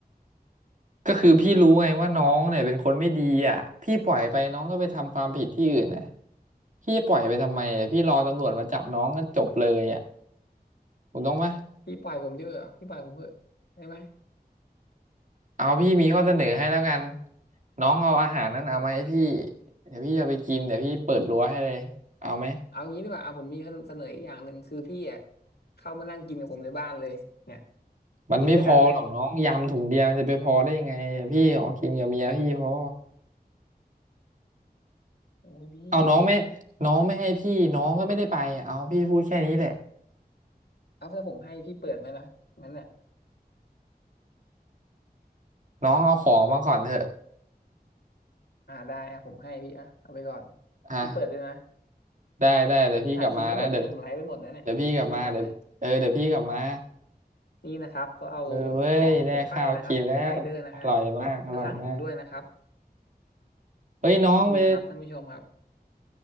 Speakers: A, on the right; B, on the left.
A: ก็คือพี่รู้ไงว่าน้องเนี่ยเป็นคนไม่ดีอ่ะพี่ปล่อยไปน้องก็ไปทำความผิดที่อื่นนะพี่จะปล่อยไปทำไมอะพี่รอตำรวจมาจับน้องก็จบเลยอ่ะถูกต้องไหม
B: พี่ปล่อยผมด้วยเหรอพี่ปล่อยผมเถอะได้ไหม
A: เอาพี่มีข้อเสนอให้แล้วกันน้องเอาอาหารนั้นเอามาให้พี่เดี๋ยวพี่เอาไปกินเดี๋ยวพี่เปิดรั้วให้เลยเอาไหม
B: เอางี้ดีกว่าเอาผมมีเสนออีกอย่างหนึ่งคือพี่อ่ะเข้ามานั่งกินกับผมในบ้านเลยเนี่ย
A: มันไม่พอหรอกน้องยำถุงเดียวมันจะไปพอได้ยังไงพี่ออกกินกับเมียพี่พอ
B: กินด้วยกันเลยโอ้ยพี่
A: เอาน้องไม่น้องไม่ให้พี่น้องก็ไม่ได้ไปเอาพี่พูดแค่นี้แหละ
B: เอาถ้าผมให้พี่เปิดไหมล่ะงั้นอ่ะ
A: น้องเอาของมาก่อนเถอะ
B: อ่าได้อ่ะผมให้พี่อ่ะเอาไปก่อน
A: อ่ะ
B: พี่เปิดด้วยนะ
A: ได้ได้เดี๋ยวพี่กลับมานะเดี๋ยว
B: แต่ผมถ่ายคลิปไว้หมดนะเนี่ยผมไลฟ์ไว้หมดนะเนี่ยที่พี่ทำเนี่ย
A: เดี๋ยวพี่กลับมาเดี๋ยวเออเดี๋ยวพี่กลับมา
B: นี่นะครับเขาเอา
A: เออเว้ยได้ข้าวกินแล้วอร่อยมากอร่อยมาก
B: ของผมไปนะครับผมเป็นไรเดอร์นะฮะแล้วขังผมด้วยนะครับ
A: เฮ้ยน้องไป
B: นี่นะครับท่านผู้ชมครับ